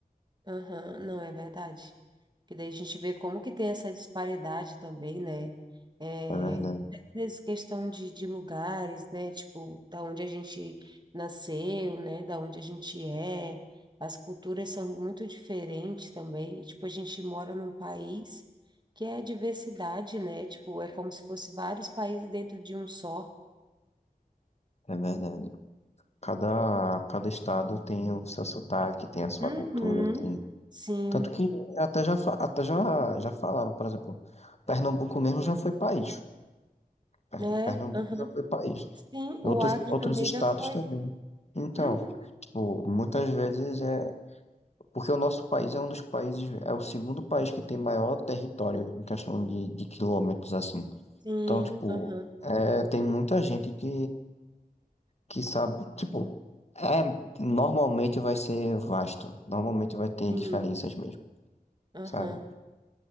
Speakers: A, on the right (about 30°); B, on the left (about 45°).
A: Aham, não, é verdade. Porque daí a gente vê como que tem essa disparidade também, né? É,
B: É verdade,
A: às vezes questão de, de lugares, né? Tipo, da onde a gente nasceu, né? Da onde a gente é. As culturas são muito diferentes também. E, Tipo, a gente mora num país que é diversidade, né? Tipo, é como se fosse vários países dentro de um só.
B: é verdade. Cada, cada estado tem o seu sotaque, tem a sua
A: Uhum,
B: cultura, tem.
A: sim.
B: Tanto que até já, fa- até já, já falaram, por exemplo, Pernambuco mesmo já foi país. Pern-
A: É,
B: Pernambuco
A: aham.
B: já foi país.
A: Sim,
B: Outros,
A: o Acre
B: outros
A: também
B: estados
A: já foi.
B: também. Então,
A: Uhum.
B: tipo, muitas vezes é. Porque o nosso país é um dos países, é o segundo país que tem maior território em questão de, de quilômetros, assim.
A: Sim,
B: Então, tipo,
A: aham,
B: é, tem muita gente que que sabe, tipo, é, normalmente vai ser vasto, normalmente vai ter
A: sim,
B: diferenças mesmo,
A: aham,
B: sabe?